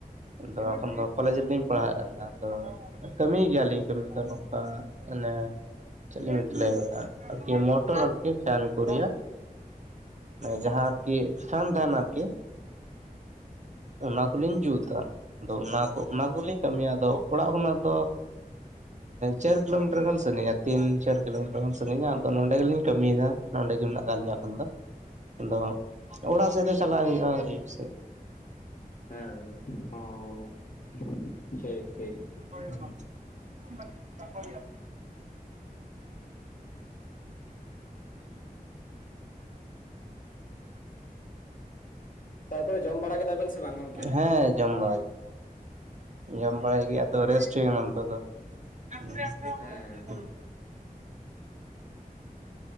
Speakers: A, on the right (about 50°); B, on the left (about 60°).
A: ᱟᱫᱚ ᱮᱠᱷᱚᱱ ᱫᱚ ᱠᱚᱞᱮᱡᱽ ᱨᱮᱞᱤᱧ ᱯᱟᱲᱦᱟᱜ ᱠᱟᱱᱟ ᱟᱫᱚ ᱠᱟᱹᱢᱤᱤᱭ ᱜᱮᱭᱟᱞᱤᱧ ᱠᱟᱹᱢᱤ ᱫᱚ ᱱᱚᱝᱠᱟᱼᱼ ᱢᱟᱱᱮ ᱪᱮᱫ ᱞᱤᱧ ᱞᱟᱹᱭ ᱟᱵᱮᱱᱟ ᱟᱨᱠᱤ ᱢᱚᱴᱚᱨᱼᱼ ᱟᱨ ᱯᱷᱮᱱ ᱠᱚ ᱨᱮᱭᱟᱜ ᱡᱟᱦᱟᱸ ᱟᱨᱠᱤ ᱯᱷᱮᱱ ᱛᱟᱦᱮᱱᱟ ᱟᱨᱠᱤᱼᱼ ᱚᱱᱟᱠᱩᱞᱤᱧ ᱡᱩᱛᱟ᱾ ᱟᱫᱚ ᱚᱱᱟ ᱠᱚ ᱚᱱᱟ ᱠᱚᱞᱤᱧ ᱠᱟᱹᱢᱤᱭᱟ ᱟᱫᱚ ᱚᱲᱟᱜ ᱠᱷᱚᱱᱟᱜ ᱫᱚᱼᱼ ᱪᱟᱨ ᱠᱤᱞᱳᱢᱤᱴᱟᱨ ᱜᱟᱱ ᱥᱜᱤᱧᱟ ᱛᱤᱱ ᱪᱟᱨ ᱠᱤᱞᱳᱢᱤᱴᱟᱨ ᱜᱟᱱ ᱥᱟᱹᱜᱤᱧᱟ ᱟᱫᱚ ᱱᱚᱸᱰᱮ ᱜᱮᱞᱤᱧᱼᱼ ᱠᱟᱹᱢᱤᱭᱮᱫᱟ ᱱᱚᱸᱰᱮ ᱜᱮ ᱢᱮᱱᱟᱜ ᱟᱠᱟᱫ ᱞᱤᱧᱟ ᱟᱯᱟᱱᱛᱚ᱾ ᱟᱫᱚ ᱦᱟᱜ ᱚᱲᱟᱜ ᱥᱮᱫ ᱫᱚ ᱪᱟᱞᱟᱜ ᱦᱩᱭᱩᱜᱼᱟ ᱟᱹᱭᱩᱵ ᱥᱮᱫ᱾
B: ᱦᱮᱸ ᱚ <inaudible> ᱴᱷᱤᱠ ᱴᱷᱤᱠ ᱾
A: <unintelligible> <inaudible>
B: ᱛᱟᱨᱯᱚᱨᱮ ᱡᱚᱢ ᱵᱟᱲᱟ ᱠᱮᱫᱟ ᱵᱮᱱ ᱥᱮ ᱵᱟᱝ ᱜᱚᱝᱠᱮ?
A: ᱦᱮᱸᱼᱼ ᱡᱚᱢ ᱵᱟᱲᱟᱻ ᱡᱚᱢ ᱟᱹᱭᱨᱤ ᱟᱫᱚ
B: ᱵᱟᱲᱟ ᱠᱮᱫᱟᱞᱤᱧ᱾
A: ᱨᱮᱥᱴ ᱦᱩᱭ ᱟᱠᱟᱱ ᱱᱤᱛᱚᱜ ᱫᱚ ᱾ <unintelligible>
B: ᱦᱮᱸ